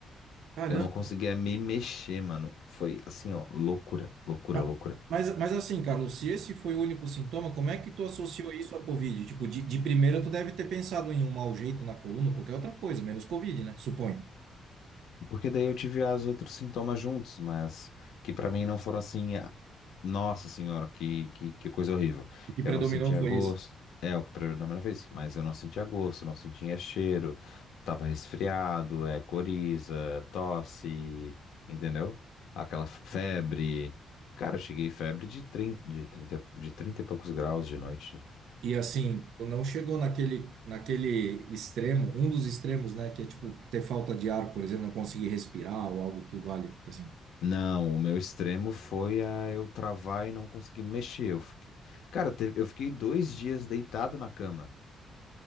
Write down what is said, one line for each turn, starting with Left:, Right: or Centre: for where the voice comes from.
Right: Caramba.
Left: Eu não conseguia me mexer, mano. Foi assim, ó, loucura, loucura,
Right: Ma-
Left: loucura.
Right: Mas, mas assim, Carlos, se esse foi o único sintoma, como é que tu associou isso à Covid? Tipo, de, de primeira tu deve ter pensado em um mau jeito na coluna, qualquer outra coisa, menos Covid, né? Suponho.
Left: Porque daí eu tive os outros sintomas juntos, mas que pra mim não foram assim, ah, nossa senhora, que, que, que coisa horrível.
Right: O que
Left: Eu
Right: predominou
Left: não sentia
Right: foi
Left: gosto,
Right: isso.
Left: é o que predominou na primeira vez, mas eu não sentia gosto, não sentia cheiro, tava resfriado, é coriza, tosse, entendeu? Aquela f- febre. Cara, eu cheguei febre de trinta de trinta de 30 e poucos graus de noite.
Right: E assim, tu não chegou naquele, naquele extremo, um dos extremos, né? Que é tipo ter falta de ar, por exemplo, não conseguir respirar ou algo que valha. Assim,
Left: Não, o meu extremo foi a eu travar e não conseguir me mexer. Eu fiquei- Cara, teve- eu fiquei dois dias deitado na cama,